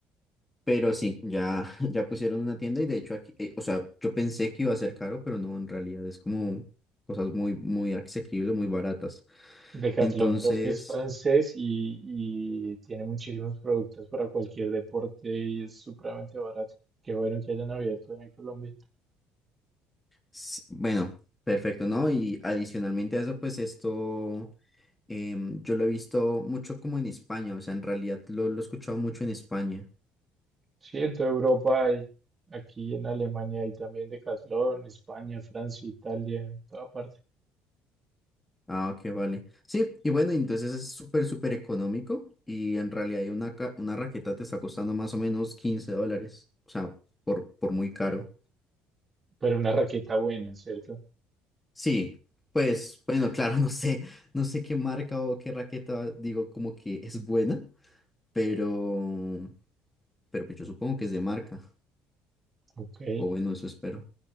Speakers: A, on the left; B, on the right.
A: Pero sí, ya, <laughs> ya pusieron una tienda y de hecho aquí, eh, o sea, yo pensé que iba a ser caro, pero no, en realidad es como cosas muy, muy asequibles, muy baratas.
B: Decathlon
A: Entonces,
B: creo que es francés y, y tiene muchísimos productos para cualquier deporte y es supremamente barato. Qué bueno que hayan abierto en Colombia.
A: s- bueno, perfecto, ¿no? Y adicionalmente a eso, pues esto em, yo lo he visto mucho como en España, o sea, en realidad lo, lo he escuchado mucho en España.
B: Sí, en toda Europa hay, aquí en Alemania hay también Decathlon, España, Francia, Italia, en toda parte.
A: Ah, ok, vale. Sí, y bueno, entonces es súper, súper económico y en realidad hay una, ca- una raqueta te está costando más o menos 15 dólares, o sea, por, por muy caro.
B: Pero una raqueta buena, ¿cierto?
A: Sí, pues bueno, claro, <laughs> no sé, no sé qué marca o qué raqueta digo como que es buena, pero, pero pues yo supongo que es de marca,
B: Ok.
A: o bueno, eso espero.